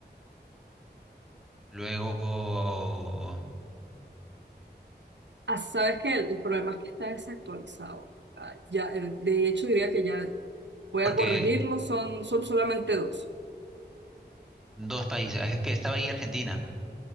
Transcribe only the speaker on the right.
Ah, sabes que el, el problema es que está desactualizado. Ah, ya, eh, de hecho, diría que ya voy
a corregirlo. Son, son solamente dos.